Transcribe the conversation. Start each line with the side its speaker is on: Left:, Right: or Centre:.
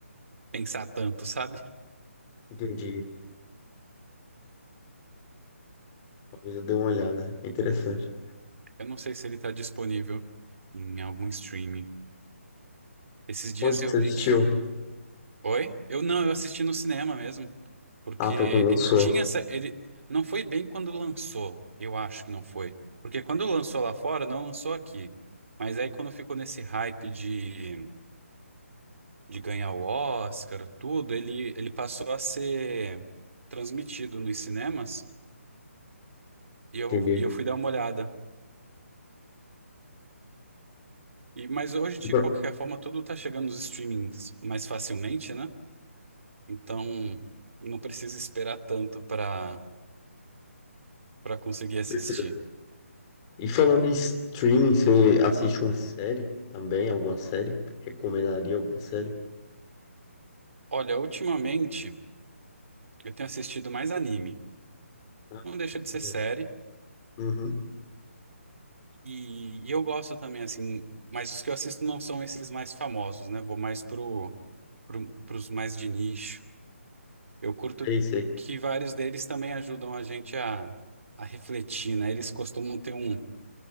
Right: pensar tanto, sabe?
Left: entendi. Talvez eu dê uma olhada. É Interessante.
Right: Eu não sei se ele tá disponível em algum streaming. Esses dias
Left: Onde
Right: eu
Left: que você
Right: vi
Left: assistiu?
Right: que. Oi? Eu não, eu assisti no cinema mesmo. Porque
Left: Ah, foi quando lançou.
Right: ele tinha essa. Ele não foi bem quando lançou. Eu acho que não foi. Porque quando lançou lá fora, não lançou aqui. Mas aí quando ficou nesse hype de de ganhar o Oscar, tudo, ele, ele passou a ser transmitido nos cinemas e
Left: Entendi.
Right: eu, e eu fui dar uma olhada. E, mas hoje, de
Left: Bro-
Right: qualquer forma, tudo tá chegando nos streamings mais facilmente, né? Então não precisa esperar tanto para para conseguir assistir.
Left: Certeza. E falando em streaming, você assiste uma série também? Alguma série? Recomendaria alguma série?
Right: Olha, ultimamente eu tenho assistido mais anime.
Left: Ah,
Right: Não deixa
Left: que
Right: de ser
Left: maneiro.
Right: série.
Left: Uhum.
Right: E, e eu gosto também, assim, mas os que eu assisto não são esses mais famosos, né? Vou mais pro, pro, pros mais de nicho. Eu curto
Left: Sei, sei.
Right: que vários deles também ajudam a gente a, a refletir, né? Eles costumam ter um-